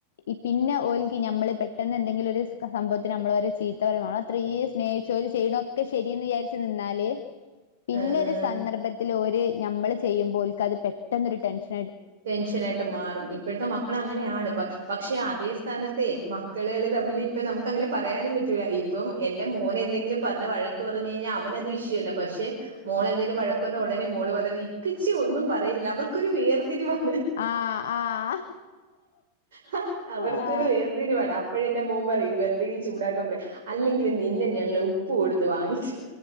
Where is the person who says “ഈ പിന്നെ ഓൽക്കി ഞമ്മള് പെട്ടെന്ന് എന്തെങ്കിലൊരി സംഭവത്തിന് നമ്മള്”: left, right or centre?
Left